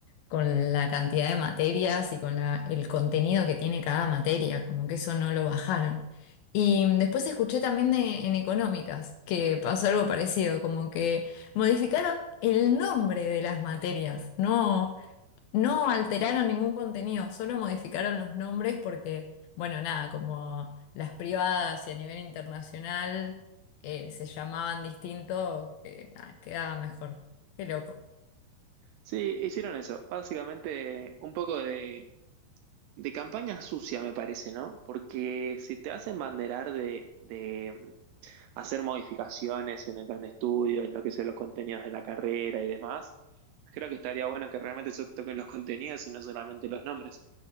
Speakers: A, on the left; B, on the right.
A: con la cantidad de materias y con la- el contenido que tiene cada materia, como que eso no lo bajaron. Y después escuché también de, en económicas que pasó algo parecido, como que modificaron el nombre de las materias, no, no alteraron ningún contenido, solo modificaron los nombres porque, bueno, nada, como las privadas y a nivel internacional eh, se llamaban distinto, que, nada, quedaba mejor. Qué loco.
B: Sí, hicieron eso. Básicamente un poco de, de campaña sucia, me parece, ¿no? Porque si te hacen banderar de, de mm, hacer modificaciones en el plan de estudio, en lo que son los contenidos de la carrera y demás, creo que estaría bueno que realmente se toquen los contenidos y no solamente los nombres.